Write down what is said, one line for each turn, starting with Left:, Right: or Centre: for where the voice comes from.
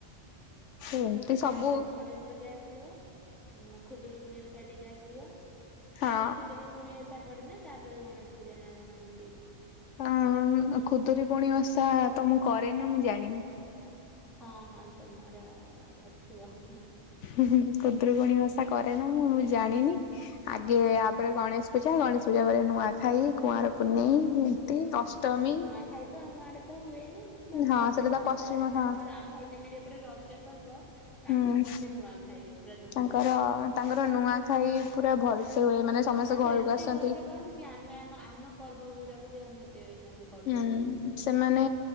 Left: ହୁଁ ଏମିତି
Centre: ପୁଣି
Left: ସବୁ
Centre: ତାପରେ ଗଣେଶ ପୂଜା ଆସିବ ଖୁଦରୁକୁୁଣୀ ଓଷା ଟିକେ ଆସିବ
Left: ହଁ
Centre: ଆଗେ ଖୁଦରୁକୁୁଣି ଓଷା ପଡେନା ତାପରେ ଗଣେଶ ପୂଜା ନା କଣ ଏନ୍ତି।
Left: ଅଁ ଖୁଦରକୁଣି ଓଷା ତ ମୁଁ କରେନା ମୁଁ ଜାଣିନି।
Centre: ହଁ ହଁ ତମର। ନଥିବ <inaudible>
Left: ୁ କୁଦ୍ରୁପଣୀ ଭାଷା କରେ ନା ମୁଁୁ <inaudible> ଜାଣିନି। ଆଗେ
Centre: ହଁ
Left: ଆପରେ
Centre: ହଁ।
Left: ଗଣେଶ ପୂଜା ଗଣେଶ ୂଜା ବ ନୂଆଖାଇ କୁଆଁର <inaudible> ଏମିତି
Centre: ଖାଇ
Left: ଅଷ୍ଟମୀ
Centre: କୁନୁଆ ଖାଇ ତ ଆମ ଆଡେ ତ ହୁଏନି ବାସ
Left: ହଁ
Centre: ପଶ୍ଚିମ
Left: ସେଟା ତ
Centre: ଓଡିଶା ଆଡେ ତାଙ୍କର
Left: ହଁ
Centre: ଆମ ଯେମିତି ଏପଟେ ରଜ ପର୍ବ ତାଙ୍କର
Left: ହୁଁ
Centre: ସେମିତି ନୂଆଖାଇ ପୁରା ଧୁମଧାଡା
Left: ତାଙ୍କର ତାଙ୍କର ନୂଆଖାଇ ପୁରା ଭଲସେ ହୁଏ ମାନେ ସମସ୍ତେ
Centre: ତାଙ୍କର
Left: ଘରକୁ
Centre: ଏତେ
Left: ଆସନ୍ତି
Centre: ଭଲସା କରନ୍ତି ଯେ ଆମେ <inaudible> ପର୍ବ ଗୁଡାକୁ ବି ଆମେ ଏତେ ମାନେ କରିପାରୁନି।
Left: ହୁଁ ସେମାନେ